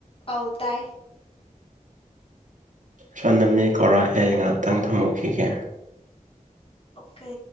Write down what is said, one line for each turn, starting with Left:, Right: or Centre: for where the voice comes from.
Left: ꯑꯧ ꯇꯥꯏ
Right: ꯁꯣꯅꯅꯤ ꯀꯧꯔꯥ ꯑꯦ ꯉꯥꯏꯍꯥꯛꯇꯪ ꯊꯝꯃꯧꯈꯤꯒꯦ꯫
Left: ꯑꯣꯀꯦ꯫